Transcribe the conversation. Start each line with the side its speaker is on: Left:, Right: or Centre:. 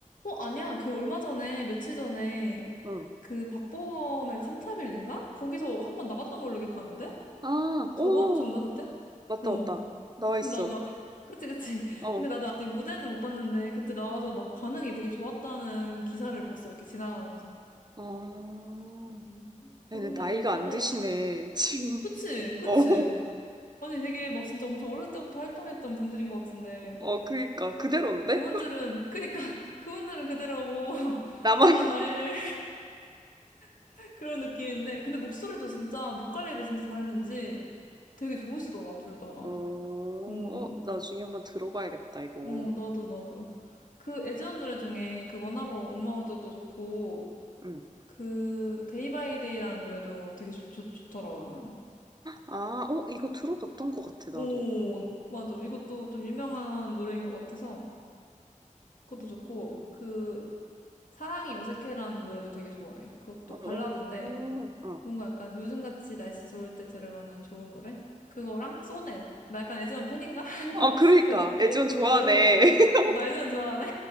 Left: 아니야. 그 얼마 전에, 며칠 전에
Right: 응.
Left: 그 박보검의 칸타빌레인가? 거기서 한번 나왔던 걸로 기억하는데?
Right: 아, 오!
Left: 저번 주인가, 그때?
Right: 맞다,
Left: 어,
Right: 맞다. 나와
Left: 근데
Right: 있어.
Left: 나도 아직 그치 그치 <laughs>
Right: 어.
Left: 근데 나도 아직 무대는 못 봤는데 그때 나와서 막 반응이 되게 좋았다는 기사를 봤어 이렇게 지나가면서
Right: 아,
Left: 음 그분들
Right: 얘네 나이가
Left: 목소리가
Right: 안 드시네,
Left: 너무 좋
Right: 지금.
Left: 그치 그치
Right: <laughs> 어,
Left: 아니 되게 막 진짜 엄청 어렸을 때부터 활동했던 분들인 것 같은데
Right: 어, 그니까, 그대로인데?
Left: 그분들은 그니까 <laughs> 그분들은 그대로고 <laughs>
Right: 나만,
Left: 나만 나이를 <laughs> 그런 느낌인데 근데 목소리도 진짜 목 관리를 진짜 잘했는지 되게 좋으시더라 둘 다.
Right: 어, 어,
Left: 음.
Right: 나중에 한번 들어봐야겠다, 이거.
Left: 어, 나도, 나도. 그 에즈원 노래 중에 그 원하고 원망 어쩌도 좋고,
Right: 응
Left: 그 데이 바이 데이라는 노래도 되게 좋, 좋, 좋더라. 나는.
Right: 아, 어, 이거 들어봤던 것 같아,
Left: 오,
Right: 나도.
Left: 맞아. 이것도 좀 유명한 노래인 것 같아서 그것도
Right: 음,
Left: 좋고, 그 사랑이 어색해라는 노래도 되게 좋아해. 그것도
Right: 어, 어,
Left: 발라드인데,
Right: 어.
Left: 뭔가 약간 요즘같이 날씨 좋을 때 들으면은 좋은 노래? 그거랑 소넷. 나 약간 에즈원 팬인가? <laughs>
Right: 아, 그러니까,
Left: 에즈원
Right: 애지원
Left: 을
Right: 좋아하네.
Left: 다 외우고 있어.
Right: <laughs>
Left: 어, 나 에즈원 좋아하네.